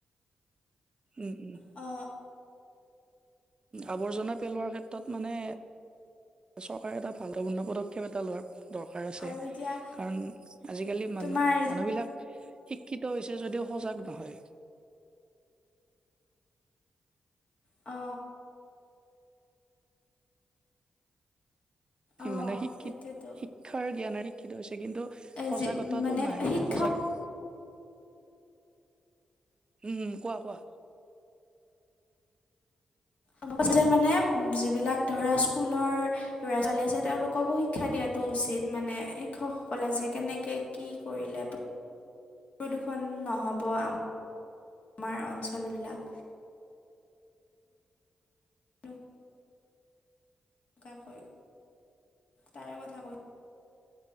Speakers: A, on the right; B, on the left.
A: উম উম।
B: অ।
A: আৱৰ্জনা পেলোৱাৰ ক্ষেত্ৰত মানে চৰকাৰে এটা ভালকৈ পদক্ষেপ এটা লোৱাৰ দৰকাৰ আছে
B: আৰু এতিয়া
A: কাৰণ আজিকালি মানুহ
B: তোমাৰ
A: মানুহবিলাক শিক্ষিত হৈছে যদিও সজাগ নহয়।
B: অ। অঁ
A: মানে শিক্ষিত
B: সেইটোৱেতো
A: শিক্ষাৰ জ্ঞানে শিক্ষিত হৈছে কিন্তু সজাগতাটো
B: যি
A: নাই মানে,
B: শিক্ষক
A: সজাগতা উম কোৱা কোৱা।
B: <unintelligible> মানে যিবিলাক ধৰা স্কুলৰ ল'ৰা-ছোৱালী আছে তেওঁলোককো শিক্ষা দিয়াটো উচিত মানে শিক্ষকসকলে যে কেনেকে কি কৰিলে
A: <inaudible>
B: প্ৰদূষণ নহ'ব আম আমাৰ অঞ্চলবিলাক <inaudible> <unintelligible> তাৰে কথা কৈ